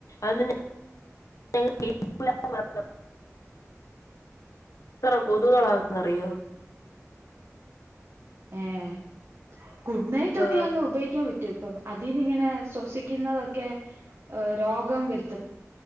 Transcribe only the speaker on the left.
അതി <unintelligible> എത്ര കൊതുകളാന്നറിയോ
ആ